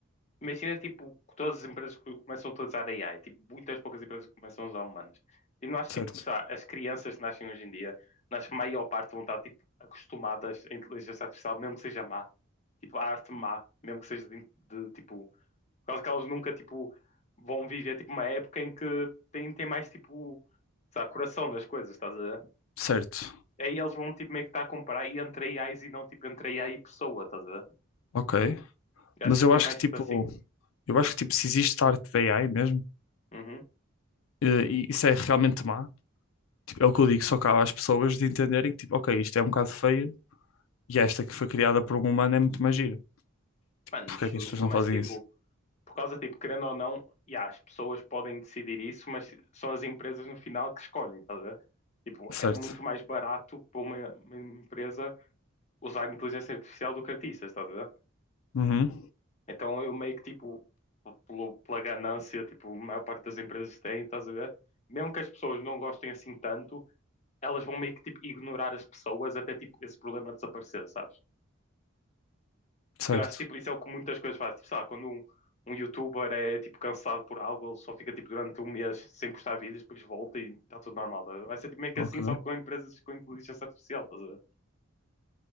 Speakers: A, on the left; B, on the left.
A: Imagina, tipo, que todas as empresas que começam a utilizar AI, tipo, muitas poucas empresas que começam a usar humanos. E não acho,
B: Certo,
A: tipo, sei lá, as crianças que nascem hoje em dia, não acho que a maior parte vão estar, tipo, acostumadas à inteligência artificial, mesmo que seja má. Tipo, a arte má, mesmo que seja de, de, tipo, por causa que elas nunca, tipo, vão viver, tipo, uma época em que tem, tem mais, tipo, sei lá, coração nas coisas, estás a ver?
B: certo,
A: Aí eles vão, tipo, meio que estar a comparar e entre AIs e não, tipo, entre AI e pessoa, estás a ver?
B: ok.
A: Eu
B: Mas
A: Acho que
B: eu
A: seria
B: acho
A: mais,
B: que tipo,
A: tipo, assim.
B: eu acho que tipo, se existe arte da AI mesmo,
A: Uhum.
B: eh, e isso é realmente má. Tipo, é o que eu digo, só cabe às pessoas de entenderem que tipo, ok, isto é um bocado feio e esta que foi criada por um humano é muito mais gira.
A: Mano,
B: Porque
A: justo,
B: é que as pessoas não
A: mas,
B: fazem
A: tipo...
B: isso?
A: Por causa, tipo, querendo ou não, e as pessoas podem decidir isso, mas são as empresas no final que escolhem, estás a ver? Tipo, é
B: Certo.
A: muito mais barato para uma, uma empresa usar inteligência artificial do que artistas, estás a ver?
B: Uhum.
A: Então eu meio que, tipo, pelo- pela ganância, tipo, a maior parte das empresas tem, estás a ver? Mesmo que as pessoas não gostem assim tanto, elas vão meio que, tipo, ignorar as pessoas até, tipo, esse problema desaparecer, sabes?
B: Certo.
A: Eu acho que tipo, isso é o que muitas coisas fazem. Tipo, sei lá, quando um, um youtuber é tipo cancelado por algo, ele só fica tipo durante um mês sem postar vídeos, depois volta e está tudo normal. tá a ver? Vai ser tipo, meio que
B: Ok.
A: assim, só que com empresas com inteligência artificial, estás a ver?